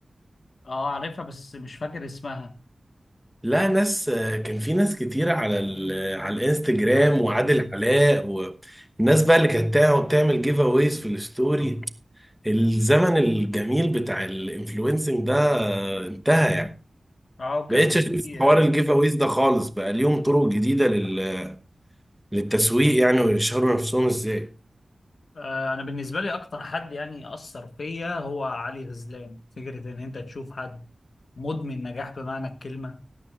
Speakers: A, on the left; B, in the centre.
A: اه عارفها بس مش فاكر اسمها
B: لا ناس كان في ناس كتير على ال... على الانستجرام وعادل علاء والناس بقى اللي كانت تقعد تعمل جيف اويز في الستوري
A: مم.
B: الزمن الجميل بتاع الانفلونسنج ده انتهى يعني
A: اه كان
B: بقيتش اشوف
A: في
B: حوار
A: آه
B: الجيف اويز ده خالص بقى ليهم طرق جديدة لل... للتسويق يعني ويشهروا نفسهم ازاي
A: آه، انا بالنسبه لي اكتر حد يعني اثر فيا هو علي غزلان فكره ان انت تشوف حد مدمن نجاح بمعنى الكلمه